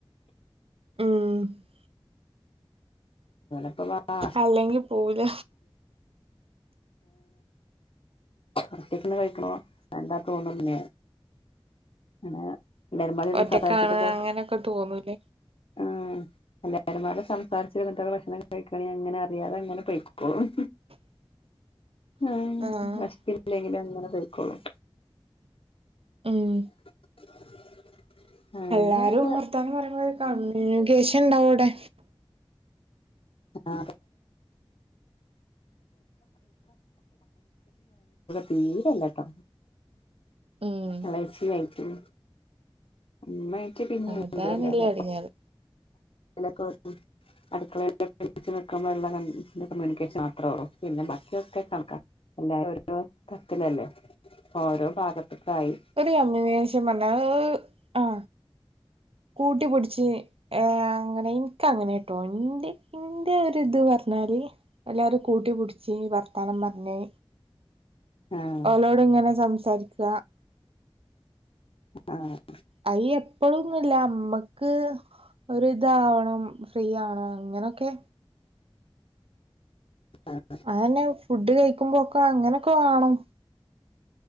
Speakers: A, on the right; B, on the left.
A: ഉം
B: പ്പ വ ആ
A: അല്ലെങ്കി പോവൂല
B: ഒച്ചക്കന്ന് കഴിക്കണ വണ്ടാ തോന്നുന്ന അങ്ങെ എല്ലാരും പാടെ ഒന്ന്
A: ഒറ്റക്കാണ്
B: സഹാരിച്ചിട്ടക്ക
A: അങ്ങനൊക്കെ തോന്നൂലേ
B: ആ എല്ലരുമാട സംസാരിച്ച് കിട്ടെ ഭക്ഷണം കഴിക്കണെങ്ക അങ്ങനെ അറിയാതെ അങ്ങനെ പഴിക്കോളും
A: <inaudible>
B: ആ
A: ആഹ്
B: അഷില്ലെങ്കിലും അങ്ങനെ പോയ്ക്കോളും
A: ഉം
B: <unintelligible> അങ്ങനെയൊക്കെ
A: എല്ലാരും ഓർത്താനും പറയുമ്പോ കമ്മ്യൂണിക്കേഷൻ ണ്ടാവും അവിടെ
B: ആ തീരല്ലട്ടോ
A: ഉം
B: അളച്ചി ആയിട്ടും മ്മേയിട്ട് പിന്നെണ്ടല്ല
A: അതാണില്ലേ
B: അതെ
A: എടങ്ങേറ്
B: ക്കെ അടുക്കള നിൽക്കുമ്പോഴുള്ള കമ്മ്യൂണിക്കേഷൻ മാത്രേ ള്ളൂ പിന്നെ ബാക്കിയൊക്കെണക്കാ എല്ലാ ഓരോ തത്തിലല്ലേ ഓരോ ഭാഗത്തക്കായി
A: ഒരു അമ്മേഷം പറഞ്ഞാൽ ഓ ആ കൂട്ടിപിടിച്ച് ഏ അങ്ങനെയും ക്കങ്ങനെ ട്ടോ ഇന്റെ ഇന്റെ ഒരിത് പറഞ്ഞാല് എല്ലാവരും കൂട്ടിപടിച്ച് വർത്താനം പറഞ്ഞഞ്
B: ആഹ്
A: ഓളോട് ങ്ങനെ സംസാരിക്ക
B: ആഹ്
A: അയ എപ്പഴൊന്നുംല്ല അമ്മക്ക് ഒരിതാവണം ഫ്രീ ആണോ അങ്ങനൊക്കെ
B: ആഹ്
A: അതന്നെ ഫുഡ് കഴിക്കുമ്പോക്കെ അങ്ങനൊക്കെ വാണം